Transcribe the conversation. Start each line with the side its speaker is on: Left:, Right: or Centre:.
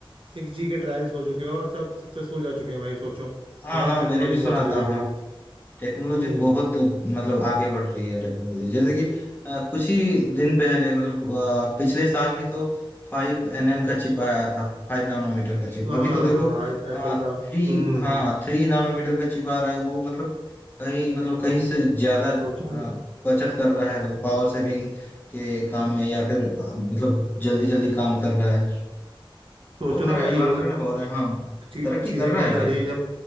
Right: सिक्स जी के ट्रायल्स हो चुके हैं और सब सक्सेसफुल जा चुके हैं भाई सोचो
Left: हाँ
Right: कहाँ
Left: हाँ
Right: टेक्नोलॉजी
Left: मैंने भी सुना
Right: पहुंच रही
Left: था
Right: है अभी
Left: हाँ टेक्नोलॉजी
Right: हम्म
Left: तो बहुत मतलब आगे बढ़ रही है टेक्नोलॉजी जैसे कि अ, कुछ ही दिन पहले मतलब अ, पिछले साल ही तो फाइव एनएम का चिप आया था फाइव नानोमीटर का चिप
Right: हाँ
Left: अभी तो देखो
Right: एप्पल
Left: हाँ
Right: का
Left: थ्री
Right: हम्म
Left: हाँ थ्री नानोमीटर का चिप आ रहा है वो मतलब कहीं मतलब कहीं से ज्यादा
Right: सोचो
Left: अ, बचत कर रहा है मतलब पावर सेविंग के काम में या फिर अ, मतलब जल्दी जल्दी काम कर रहा है बहुत
Right: सोचो ना
Left: सारा
Right: भाई
Left: एडवांसमेंट
Right: मतलब
Left: हो रहा है हाँ
Right: ची,
Left: तरक्की
Right: चीजें
Left: कर रहा
Right: कहाँ
Left: है
Right: जा
Left: भाई
Right: रही है जब